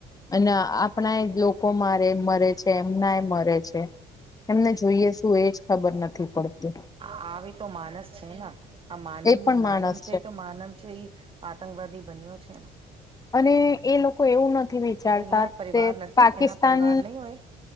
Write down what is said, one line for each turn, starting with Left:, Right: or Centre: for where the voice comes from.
Left: અને આપણાય લોકો મારે મરે છે એમનાય મરે છે. એમને જોઈએ શું એજ ખબર નથી. પડતી
Right: આવી તો માનસ છે ને. આ માનવ
Left: એ પણ માણસ
Right: માનવ છે તો માનવ છે એ આતંકવાદી બન્યો છે.
Left: અને એ લોકો એવું નથી વિચારતા
Right: એના પરિવાર
Left: કે
Right: નથી
Left: પાકિસ્તાન
Right: એના પરિવાર નહી હોય